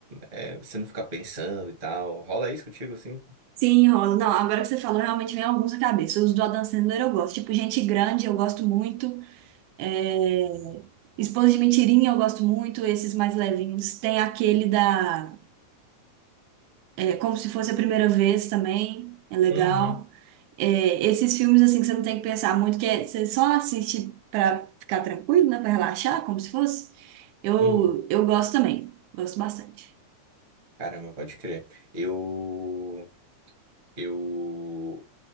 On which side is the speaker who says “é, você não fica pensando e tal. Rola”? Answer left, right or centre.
Right